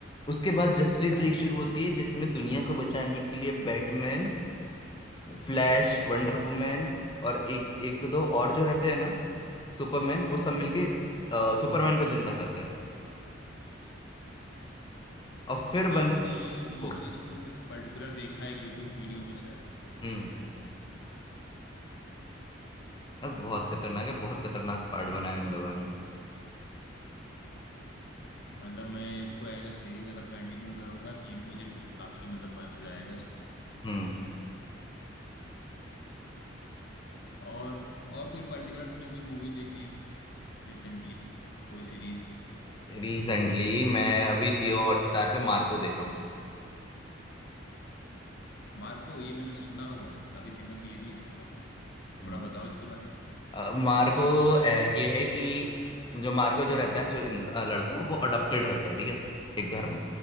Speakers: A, on the left; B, on the left.
A: उसके बाद जस्टिस लीग
B: हम्म
A: शुरू होती है जिसमें दुनिया को बचाने के लिए बैटमैन फ्लैश वंडर वुमैन और एक एक दो और जो रहते हैं ना सुपरमैन वो सब मिलके अ, सुपरमैन को जिंदा करते हैं और फिर
B: हाँ
A: बनती
B: मैंने ये
A: को
B: ये चीज को मैंने पर्टिकुलर देखा है यूट्यूब वीडियो में शायद से
A: हम्म अब बहुत खतरनाक है बहुत खतरनाक पार्ट बनाया इन लोगों ने
B: मतलब मैं इसको एज अ सीरीज अगर कंटिन्यू करूंगा तो ये भी मुझे काफी मतलब मजा आएगा इसमें भी
A: हम्म
B: तो और और कोई पर्टिकुलर तुमने कोई मूवी देखी हो रिसेंटली कोई सीरीज
A: रिसेंटली मैं अभी जियो हॉटस्टार पे मार्को देख रहा हूँ
B: मार्को ये मैंने सुना हुआ है काफी फेमस ये भी इस समय तो
A: हम्म
B: थोड़ा बताओ इसके बारे में
A: अ, मार्को अ, ये है कि जो मार्को जो रहता है जो इंस- अ, लड़का है, वो अडॉप्टेड रहता है ठीक है एक घर में